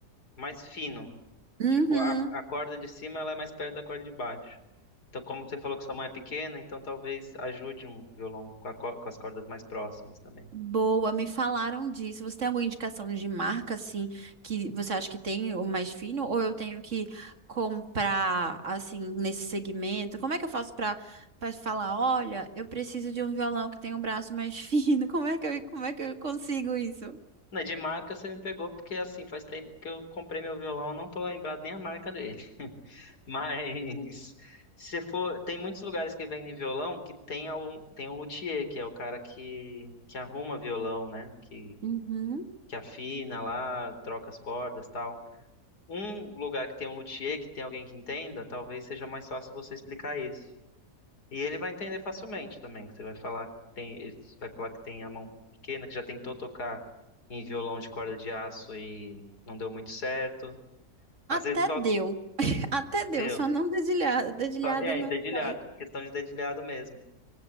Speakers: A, on the left; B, on the right.
A: mais fino,
B: Uhum.
A: tipo, a, a corda de cima ela é mais perto da corda de baixo. Então, como você falou que sua mão é pequena, então talvez ajude um violão com, a co- com as cordas mais próximas também.
B: Boa, me falaram disso. Você tem alguma indicação de marca, assim, que você acha que tem o mais fino, ou eu tenho que comprar, assim, nesse segmento? Como é que eu faço pra, pra falar, olha, eu preciso de um violão que tem um braço mais <laughs> fino? Como é que eu, como é que eu consigo isso?
A: Né, de marca você me pegou, porque assim, faz tempo que eu comprei meu violão, eu não tô lembrado nem a marca dele. Mas se for, tem muitos lugares que vendem violão que tem um, tem um luthier, que é o cara que, que arruma violão, né? Que,
B: Uhum.
A: que afina lá, troca as cordas, tal. Um lugar que tem um luthier, que tem alguém que entenda, talvez seja mais fácil você explicar isso. E ele vai entender facilmente também, que você vai falar que tem, você vai falar que tem a mão pequena, que já tentou tocar em violão de corda de aço e não deu muito certo. Às
B: Até
A: vezes só
B: deu, até deu,
A: deu,
B: só não dedilhada, dedilhada
A: só, é,
B: não
A: em dedilhado,
B: vai.
A: questão de dedilhado mesmo.